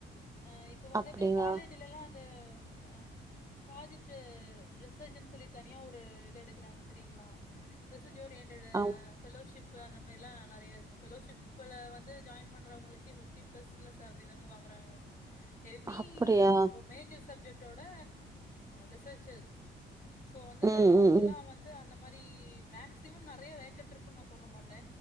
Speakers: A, on the left; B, on the right.
A: ஆ இப்ப வந்துட்டு
B: அப்டியா
A: காலேஜ்லல்லா அந்த உம் ஆஹ் ப்ராஜெக்டு ரிசர்ச்ன்னு சொல்லி தனியா ஒரு இதெடுக்கறாங்க தெரியுங்களா ரிஸ் ச்சொரியன்டட்டு
B: அப்
A: ஃப்பெலோஷிப் ப்பு அந்த மேரிலா நெறைய இருக்குங் ஃப்பெலோ ஷிப்புல வந்து ஜாயின் பண்றவங்களுக்கு ஃபிப்டி பிளஸ் ல சேலரி தாங்க வாங்குறாங்க எனி
B: அப்டியா
A: ஒ மேஜர் சப்ஜெக்ட டோட ரிசர்ச்சர் சோ வந்து
B: ம்
A: அவுங்க
B: ம்
A: எல்லா
B: ம்
A: வந்து அந்த மாரி <unintelligible> மேக்ஸ்சிமம் நெறைய வேக்கண்ட்டுருக்குன்னு நா சொல்ல மாட் டே